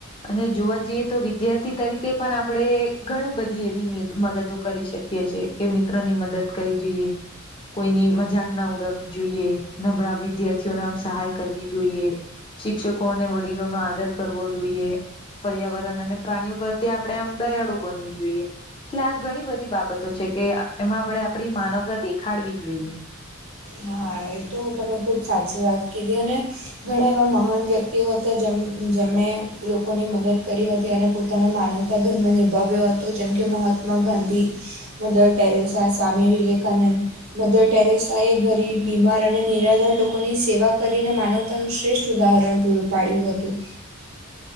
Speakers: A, on the left; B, on the right.
A: અને જોવા જઈએ તો વિદ્યાર્થી તરીકે પણ આપણેે ઘણી બધી એવી મ મદદો કરી શકીએ છીએ એ મિત્રો ની મદદ કરી જોઈએ કોઈની મજાક ન ઉડાવવી જોઈએ નબળા વિદ્યાર્થીઓને આમ સહાય કરવી જોઈએ શિક્ષકો અને વડીલો નો આદર કરવો જોઈએ પર્યાવરણ અને પ્રાણીઓ પ્રત્યે આપણે આમ દયાળુ બનવી જોઈએ, એટલે આ ઘણી બધી બાબતો છે કેમ એમાં આપણે આપડી માનવતા દેખાડવી જોઈએ
B: હા, એ તો તમે ખૂબ સાચી વાત કીધી અને ઘણા એવા મહાન વ્યક્તિઓ હતા જે જેમણે લોકોની મદદ કરી હતી અને તના માનવતા ધર્મ નિભાવ્યો હતો જેમ કે Mahatma Gandhi Mother Teresa, Swami Vivekananda, Mother Teresa એ ગરીબ, બીમાર અને નિરાધાર લોકોની સેવા કરીને માનવતાનું શ્રેષ્ઠ ઉદાહરણ પૂરું પાડ્યું હતું
A: હ.